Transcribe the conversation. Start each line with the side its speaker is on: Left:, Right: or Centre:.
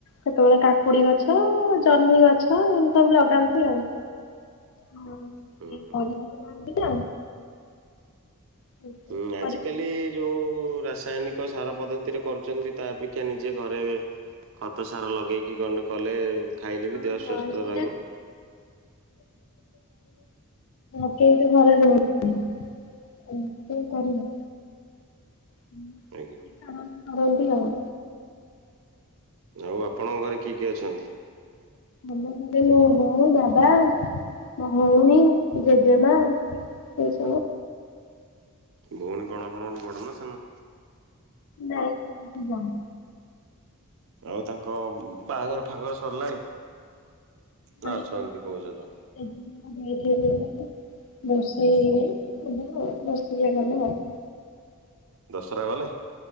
Left: କେତେବେଳେ କାକୁଡି ଗଛ ଜହ୍ନି ଗଛ ଏମିତି ସବୁ ଲଗାନ୍ତି ଆଉ।
Right: <inaudible>
Left: ହଉ
Right: ହୁଁ
Left: କେହି କରନାନ୍ତି <inaudible> <unintelligible>
Right: ଉଁ ଆଜିକାଲି
Left: କରିପାରୁନି।
Right: ଯୋଉ ରାସାୟନିକ ସାର ପଦ୍ଧତିରେ କରୁଛନ୍ତି ତା ଅପେକ୍ଷା ନିଜେ ଘରେ ଖତ ସାର ଲଗେଇକି ଗଣ୍ଡେ କଲେ ଖାଇଲେ
Left: ହଁ
Right: ବି ଦେହ
Left: ହଁ
Right: ସୁସ୍ଥ
Left: ସେଇଟା
Right: ରହିବ।
Left: <inaudible> ଘରେ ରୁହନ୍ତି। ଓ ସେଇ କରିବି। ହୁଁ
Right: ଆଜ୍ଞା
Left: ଆନନ୍ଦ କରନ୍ତି ଆଉ।
Right: ଆଉ ଆପଣଙ୍କ ଘରେ କିଏ କିଏ ଅଛନ୍ତି।
Left: ମୋ ଘରେ ମୋ ବୋଉ, ବାବା, ମୋ ଭଉଣୀ ଜେଜେମା <inaudible>
Right: ଭଉଣୀ କଣ ଆପଣଙ୍କଠୁ ବଡ଼ ନା ସାନ।
Left: ନାଇ ସେମିତି ଜଣେ
Right: ଆଉ ତାଙ୍କ ବାହାଘର ଫାଘର ସରିଲାଣି।
Left: ନାଇଁ
Right: ନା ଅଛନ୍ତି କହୁଛ ତ
Left: <inaudible>
Right: ଦଶରା ଗଲେ